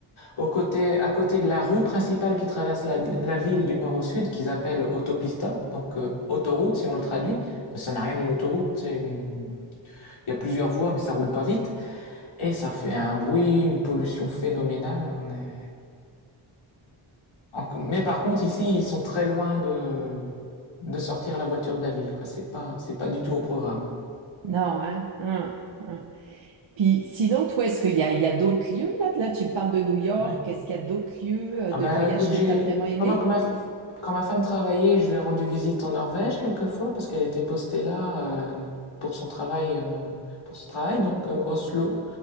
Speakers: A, on the left (about 80°); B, on the right (about 65°).
A: Au côté, à côté de la rue principale qui traverse la, la ville du nord au sud, qu'ils appellent autopista, donc euh, autoroute si on le traduit, mais ça n'a rien d'une autoroute, c'est une- il y a plusieurs voies mais ça roule pas vite, et ça fait un bruit, une pollution phénoménale. On est... Mais par contre ici ils sont très loin de, de sortir la voiture de la ville, quoi. C'est pas, c'est pas du tout au programme.
B: Non, hein? hein, hein. Puis sinon, toi, est-ce qu'il y a, il y a d'autres lieux là? Là, tu me parles de New York.
A: Ouais.
B: Est-ce qu'il y a d'autres lieux euh,
A: Ah
B: de
A: bah
B: voyage
A: écoute, j'ai
B: que tu as vraiment aimé?
A: pendant que ma quand ma femme travaillait, je lui ai rendu visite en Norvège quelquefois parce qu'elle était postée là euh, pour son travail euh, pour son travail donc euh, Oslo.